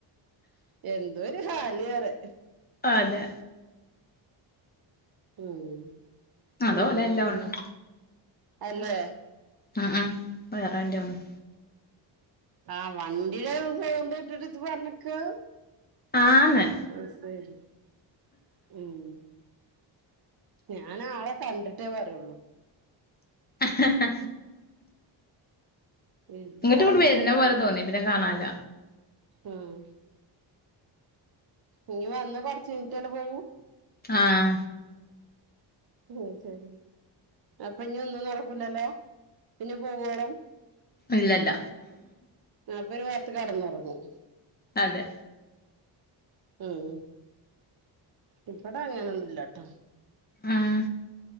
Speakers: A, on the right; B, on the left.
A: എന്തോ ഒരു ഹാല് അറെ
B: അതെ
A: ഉമ് പിന്നെ
B: അതോലെ എല്ലാ ഒണ്ണും
A: അല്ലേ
B: അ അ <unintelligible>
A: ആഹ് വണ്ടിയുടെ സൗണ്ട് കെട്ടീട്ട് ജ്ജ് പറഞ്ക്കാ
B: ആന്ന്
A: അത് ശരി ഉമ് ഞാൻ ആളെ കണ്ടിട്ടേ പറയൊള്ളൂ
B: ഹ ഹ
A: ഇജ്ജ്
B: ഇങ്ങോട്ട്
A: വെറുതെ
B: ഇങ്ങോട്ട് വരുന്ന
A: ആണ് പറയും
B: പോലെ തോന്നി പിന്നെ കാണാല്ല
A: ഉംമ് ഇനി വന്ന കൊറച്ച് കയിഞ്ഞിട്ട് പോകൂമ്
B: ആഹ
A: ഉമ് ശരി അപ്പൊ ഇനി ഒന്നും നടക്കില്ലല്ലോ പിന്നെ പോവോളും
B: ഇല്ലല്ല
A: അപ്പൊ ഒരു ഭാഗത്ത് കടന്നുറങ്ങും
B: അതെ
A: ഉംമ് ഇവിടെ അങ്ങനൊന്നും ഇല്ലട്ടോ
B: ആഹ